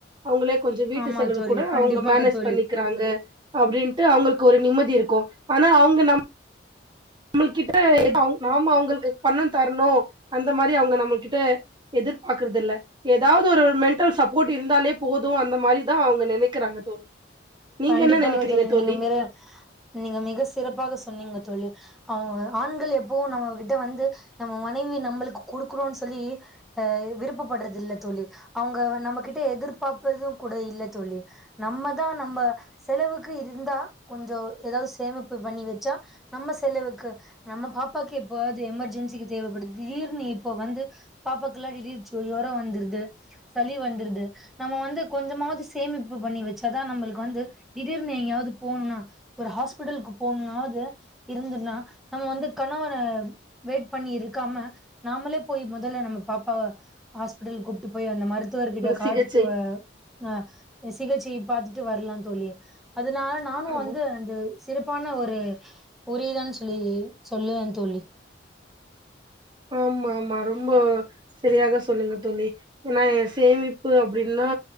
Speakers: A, on the right (about 25°); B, in the centre.
A: அவங்களே கொஞ்சம் வீட்டு
B: ஆமா
A: செலவு
B: தோழி
A: கூட
B: கண்டிப்பாக
A: அவங்க மேனேஜ்
B: தோழி
A: பண்ணிக்கிறாங்க அப்படின்ட்டு அவங்களுக்கு ஒரு நிம்மதி இருக்கும் ஆனா அவங்க நம்ம நம்ம கிட்ட நாம அவங்களுக்கு பணம் தரணும் அந்த மாதிரி அவங்க நம்ம கிட்ட எதிர்பாக்குறது இல்ல ஏதாவது ஒரு மென்ண்டல் சப்போர்ட் இருந்தாலே போதும் அந்த மாதிரிதான் அவங்க நினைக்கிறாங்க நினைக்கிறாங்க தோழி நீங்க
B: கண்டிப்பாக
A: என்ன நெனைக்கிறீங்க
B: தொழில்
A: தோழி
B: நீங்க ம நீங்க மிக சிறப்பாக சொன்னீங்க தோழி அவங்க ஆண்கள் எப்பவும் நம்ம கிட்ட வந்து நம்ம மனைவி நம்மளுக்கு கொடுக்கணும்ன்னு சொல்லி அஹ் விருப்பப்படுறது இல் தோழி அவங்க நம்மகிட்ட எதிர்பார்ப்பறதும் கூட இல்ல தோழி நம்மதான் நம்ம செலவுக்கு இருந்தா கொஞ்சம் ஏதாவது சேமிப்பு பண்ணி வச்சா நம்ம செலவுக்கு நம்ம பாப்பாக்கு எப்பாவது எமர்ஜென்சிக்கு தேவைப்படுது ஈர்னு இப்போ வந்து பாப்பாக்கு எல்லாம் உரம் வந்துருது சளி வந்துடுது நம்ம வந்து கொஞ்சமாவது சேமிப்பு பண்ணி வச்சாதான் நம்மளுக்கு வந்து திடீர்னு எங்கயாது போகணுன்னா ஒரு ஹாஸ்பிட்டலுக்கு போகணுன்னாவது இருந்துன்னா நம்ம வந்து கணவன வெயிட் பண்ணி இருக்காம நாமளே போய் மொதல்ல நம்ம பாப்பாவ ஹாஸ்பிட்டலு கூப்பிட்டு போய் அந்த மாரி த்துவர்கிட்ட
A: அந்த
B: காத்துட்டு
A: சிகிச்சை
B: ஆஹ் அ சிகிச்சை பாத்துட்டு வரலாம் தோழி <inaudible> அதனால நானும்
A: ஆமா
B: வந்து அந்த சிறப்பான ஒரு ஒரு உரியதான் சொல்லி சொல்லுவேன் தோழி
A: ஆமா ஆமா ரொம்ப சரியாக சொல்லுங்க தோழி ஏன்னா சேமிப்பு அப்படின்னா